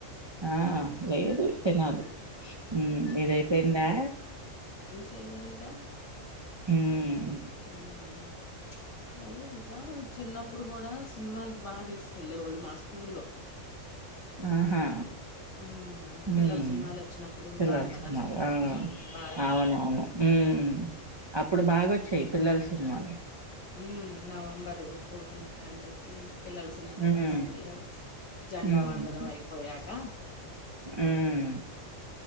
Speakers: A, on the right; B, on the left.
A: ఆ లేదు, తినాలి. ఉమ్ మీదైపోయిందా.
B: చేయాలిగా.
A: ఉమ్మ్.
B: హుమ్మ్. అదే ఇంకా, చిన్నప్పుడు గుడా సినిమాలకి బా తీసుకెళ్ళే వాళ్ళు మా స్కూల్లో.
A: ఆహా.
B: ఉమ్
A: హ్మ్
B: పిల్లల సినిమాలు లచ్చినప్పుడు,
A: పిల్లల
B: బాల కథా
A: సినిమాలు
B: చిత్రం,
A: ఆ
B: ఉమ్ బాలల
A: అవునవును.
B: చిత్రం.
A: హ్మ్
B: అండి
A: అప్పుడు బాగాొచ్చాయ్ పిల్లల సినిమాలు
B: హుం నవంబరు ఫో టిన్త్ కని చెప్పి పిల్లల్ సినిమాలకి
A: హ్మ్.
B: తీసుకెళ్ళవల్ జెండా
A: హ్మ్.
B: వందరం అయిపోయాక
A: హ్మ్.